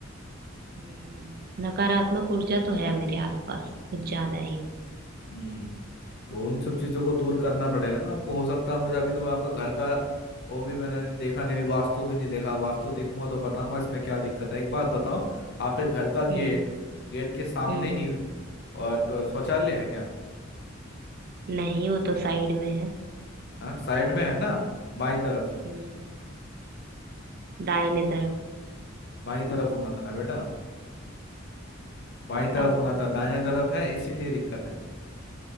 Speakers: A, on the right; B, on the left.
A: हम्म नकारात्मक ऊर्जा तो है मेरे आसपास कुछ ज्यादा ही
B: हम्म तो उन सब चीज़ों को दूर करना पड़ेगा ना आपको हो सकता है मुझे अभी तो आपका घर का वो भी मैंने देखा नहीं अभी वास्तु भी नहीं देखा वास्तु देखूंगा तो बताऊंगा इसमें क्या दिक्कत है एक बात बताओ आपके घर का
A: हम्म
B: गेट गेट के सामने
A: हम्म
B: ही और तो शौचालय है क्या
A: नहीं वो तो साइड में है
B: हाँ साइड में है ना बाई तरफ
A: हम्म दाहिने तरफ
B: बाई तरफ होना था ना बेटा बाई तरफ
A: अब
B: होना था दाहिने तरफ है इसीलिए दिक्कत है